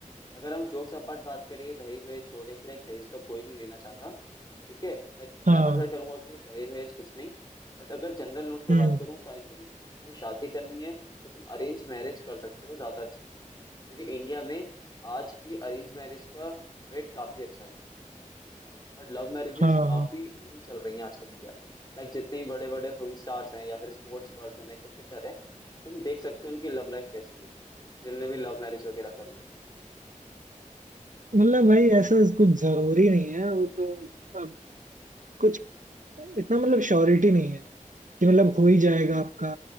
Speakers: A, on the left (about 30°); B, on the right (about 70°).
A: अगर हम जोक्स अपार्ट बात करें दहेज वहेज छोड़ने की लाइक दहेज तो कोई नहीं लेना चाहता ठीक है लाइक मैं
B: हाँ
A: प्रेफर करूंगा कि दहेज वहेज कुछ नहीं बट अगर जनरल नोट पे
B: हम्म
A: बात करूँ तो आई थिंक तुम्हें शादी करनी है तो तुम अरेंज मैरिज कर सकते हो ज्यादा अच्छा क्योंकि इंडिया में आज भी अरेंज मैरिज का रेट काफी अच्छा है है ना बट लव मैरिजेस
B: हाँ
A: काफी
B: हाँ
A: नहीं चल रही हैं आजकल इंडिया में लाइक जितने बड़े बड़े फिल्म स्टार्स हैं या फिर स्पोर्ट्स पर्सन है क्रिकेटर है तुम देख सकते हो उनकी लव लाइफ कैसी है जिनने भी लव मैरिज वगैरह करी है
B: मतलब भाई ऐसा कुछ जरूरी नहीं है वो तो अब कुछ इतना मतलब श्योरिटी नहीं है कि मतलब हो ही जाएगा
A: ठीक है
B: आपका